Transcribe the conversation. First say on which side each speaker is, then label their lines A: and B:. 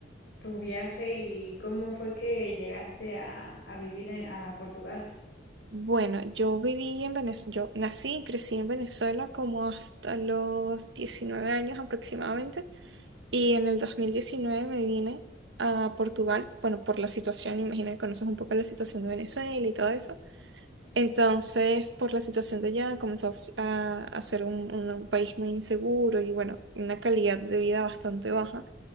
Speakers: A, on the left (about 60°); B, on the right (about 70°).
A: tu viaje y cómo fue que llegaste a, a vivir en- a Portugal.
B: bueno, yo viví en Venezuela, yo nací y crecí en Venezuela como hasta los 19 años aproximadamente y en el 2019 me vine a Portugal, bueno, por la situación, imagino que conoces un poco la situación de Venezuela y todo eso. Entonces, por la situación de allá, comenzó a, s- a a ser un un país muy inseguro y bueno, una calidad de vida bastante baja.